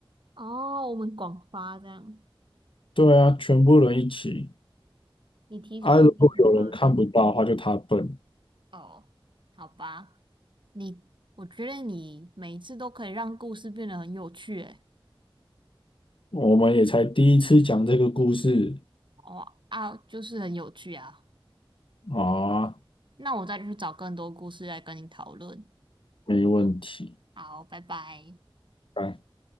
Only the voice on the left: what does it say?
对啊，全部人一起。
啊，如果有人看不到的话，就他笨。
我们也才第一次讲这个故事
啊，
没问题。
拜